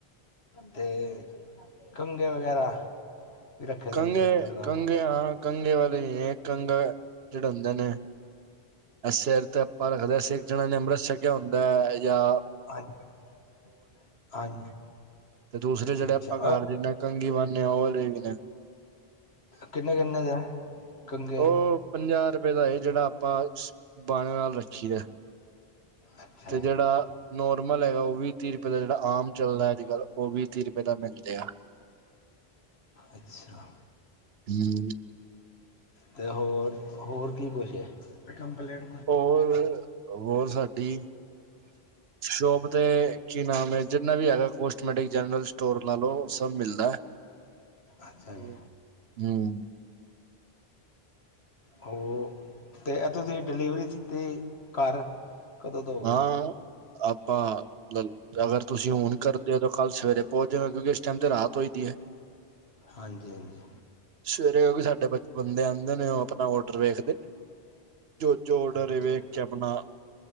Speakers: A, on the left; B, on the right.
A: ਤੇ ਕੰਗੇੇ ਵਗੈਰਾ? ਵੀ ਰੱਖੇ
B: ਕੰਗੇ
A: ਦੇ ਨੇ ਸਿਰ ਤੇ ਲਗਾਉਣ
B: ਕੰਗੇ
A: ਵਾਲੇ
B: ਹਾਂ ਕੰਗੇ ਵਾਲੇ ਈ ਏ, ਕੰਗੇ ਜੇੜੇ ਹੁੰਦੇ ਨੇ। ਐ ਸੇਰ ਤੇ ਅਪਾਂ ਰੱਖਦੇ ਸਿੱਖ ਜਿਨਾ ਨੇ ਅੰਮ੍ਰਤ ਛਕਿਆ ਹੁੰਦਾ ਯਾ
A: ਹਾਂਜ ਹਾਂਜੀ।
B: ਤੇ ਦੂਸਰੇ
A: ਅੱਛਾ
B: ਜੇੜੇ
A: ਅੱਛਾ
B: ਅਪਾਂ ਘੱਰ ਜਿਦੇ ਨਾਲ ਕੰਘੀ ਵਾਹਨੇ ਆ ਓਹ ਵਾਲੇ ਵੀ ਨੇ।
A: ਕਿੰਨੇ-ਕਿੰਨੇ ਦੇ ਕੰੰਘੇ?
B: ਉਹ ਪੰਜਾਹ ਰੁਪਏ ਦਾ ਏ, ਜੇੜਾ ਆਪਾਂ ਬਾਣੇ ਨਾਲ ਰੱਖੀ ਦਾ।
A: ਅੱਛਾ
B: ਤੇ
A: ਜੀ,
B: ਜੇੜਾ ਨੋਰਮਲ ਹੈਗਾ, ਓਹ ਵੀਹ-ਤੀਹ ਰੁਪਏ ਦਾ ਜੇੜਾ ਆਮ ਚਲਦਾ ਅੱਜਕਲ। ਓ ਵੀਹ-ਤੀਹ ਰੁਪਏ ਦਾ ਮਿਲ ਜੇਗਾ।
A: ਅੱਛਾ।
B: ਹੂੰ।
A: ਤੇ ਹੋਰ, ਹੋਰ ਕੀ ਕੁਛ ਏ? ਕੰਪਲੇਟ
B: ਔਰ, ਵੋ ਸਾਡੀ ਸ਼ੋਪ ਤੇ ਕੀ ਨਾਮ ਏ ਜਿੰਨਾ ਵੀ ਹੈਗਾ ਕੋਸਟਮੈਟਿਕ ਜਨਰਲ ਸਟੋਰ ਲਾ ਲੋ, ਸਭ ਮਿਲਦਾ।
A: ਅੱਛਾ
B: ਹੂੰ
A: ਜੀ
B: ਹੂੰ।
A: ਹੋ ਤੇ ਐ ਤੁਸੀ ਡਿਲੀਵਰੀ ਸਿਧੀ ਘਰ ਕਦੋਂ ਦਓਗੇ
B: ਹਾਂ, ਆਪਾਂ ਲਲ ਅਗਰ ਤੁਸੀ ਹੁਣ ਕਰਦੇ ੳ ਤੇ ਕੱਲ ਸਵੇਰੇ ਪੋਂਚ ਜੇਗਾ, ਕਿਉਂਕਿ ਇਸ ਟੈਮ ਤੇ ਰਾਤ ਹੋਈ ਦੀ ਏ।
A: ਹਾਂਜੀ ਹਾਂਜੀ।
B: ਸਵੇਰੇ ਔਵੀ ਸਾਡੇ ਬਚਪਨ ਦੇ ਆੰਦੇ ਨੇ ਓਹ ਆਪਣਾ ਔਡਰ ਵੇਖਦੇ ਜੋ ਜੋ ਔਡਰ
A: ਅੱਛਾ
B: ਏ ਵੇਖ ਕੇ ਅਪਣਾ